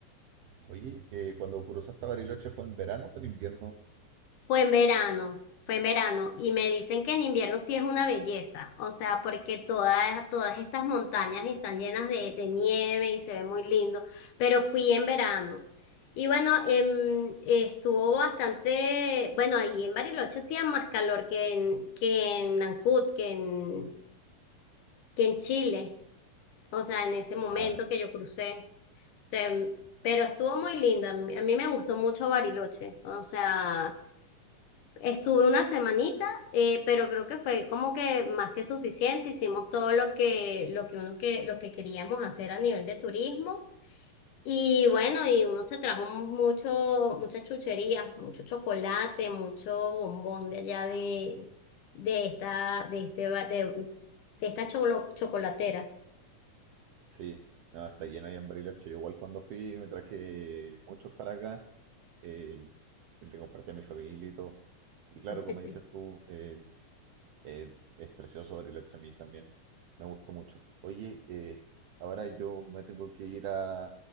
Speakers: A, on the right (about 75°); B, on the left (about 75°).
A: Oye, eh, cuando cruzó hasta Bariloche fue en verano o fue en invierno?
B: Fue en verano, fue en verano y me dicen que en invierno sí es una belleza, o sea, porque todas, todas estas montañas están llenas de, de nieve y se ve muy lindo, pero fui en verano. Y bueno, em, estuvo bastante, bueno, ahí en Bariloche hacía más calor que en, que en Nancut, que en, que en Chile, o sea, en ese momento
A: Ah,
B: que yo crucé, O sea, em, pero estuvo muy lindo, a mí, a mí me gustó mucho Bariloche, o sea... Estuve una semanita, eh, pero creo que fue como que más que suficiente. Hicimos todo lo que, lo que uno que, lo que queríamos hacer a nivel de turismo. Y bueno, y uno se trajo mucho, muchas chucherías, mucho chocolate, mucho bombón de allá de, de esta, de este, ba- de, de estas cholo- chocolateras.
A: sí, no, está lleno ahí en Bariloche. Yo igual cuando fui me traje muchos para acá, eh, le compartí a mi familia y todo. Y claro,
B: <laughs>
A: como dices tú, el- eh, es precioso Bariloche a mí también, me gustó mucho. Oye, eh, ahora yo me tengo que ir a,